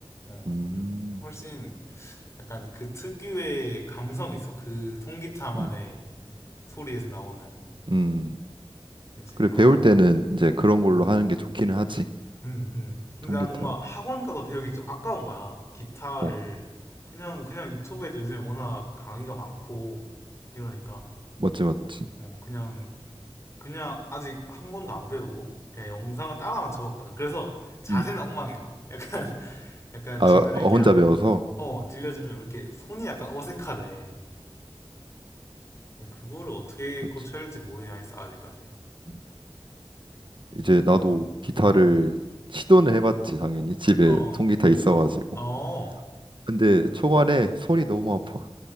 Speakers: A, on the left; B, on the right.
A: 어,
B: 음,
A: 음, 훨씬 약간 그 특유의 감성이 있어. 그 통기타만의
B: 음,
A: 소리에서 나오는.
B: 음.
A: 그렇지.
B: 그래,
A: 아,
B: 배울 때는 이제 그런 걸로 하는 게 좋기는 하지.
A: 음, 음. 근데
B: 통기타로.
A: 난 뭔가 학원 가서 배우기 좀 아까운 거야. 기타를
B: 어,
A: 그냥 그냥 유튜브에도 요즘에 워낙 강의가 많고 이러니까
B: 멋지 멋지
A: 어, 그냥 그냥 아직 한 번도 안 배우고 그냥 영상을 따라만 쳐봤거든. 그래서 자세는
B: 음,
A: 엉망이야. 약간 <laughs> 약간
B: 아,
A: 주변에
B: 어,
A: 이렇게
B: 혼자
A: 한번
B: 배워서.
A: 어 들려주면 이렇게 손이 약간 어색하대. 그거를 어떻게
B: 그렇지.
A: 고쳐야 할지 모르겠어 아직까지.
B: 음. 이제 나도
A: 아,
B: 기타를
A: 음.
B: 시도는 해봤지, 당연히. 집에
A: 어, 어.
B: 통기타 있어가지고.
A: 어.
B: 근데 초반에 손이 너무 아파.